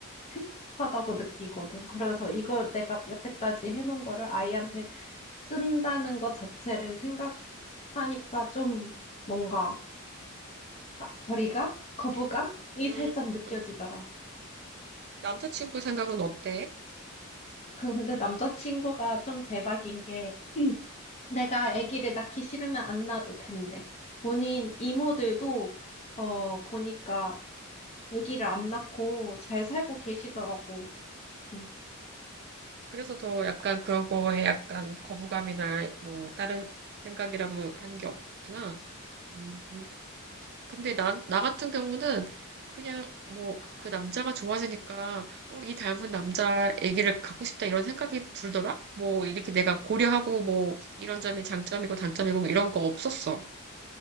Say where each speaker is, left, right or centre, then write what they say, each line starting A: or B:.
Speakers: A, on the left; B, on the right.
A: 행복하다고 느끼거든. 그래서 이걸 내가 여태까지 해놓은 거를 아이한테 쓴다는 것 자체를 생각하니까 좀 뭔가 아, 거리감? 거부감이
B: 음,
A: 살짝 느껴지더라.
B: 음. 남자친구 생각은 어때?
A: <laughs> 근데 남자친구가 좀 대박인 게 <clears throat> 내가 아기를 낳기 싫으면 안 낳아도 된대. 본인 이모들도 어 보니까 아기를 안 낳고 잘 살고 계시더라고. 음.
B: 그래서 더 약간 그거에 약간 거부감이나 뭐 다른 생각이라고 한 게 없구나. 음, 근데 나, 나 같은 경우는 그냥 뭐 그 남자가 좋아지니까 어, 이 닮은 남자 애기를 갖고 싶다 이런 생각이 들더라? 뭐 이렇게 내가 고려하고 뭐 이런 점이 장점이고 단점이고 뭐 이런 거 없었어.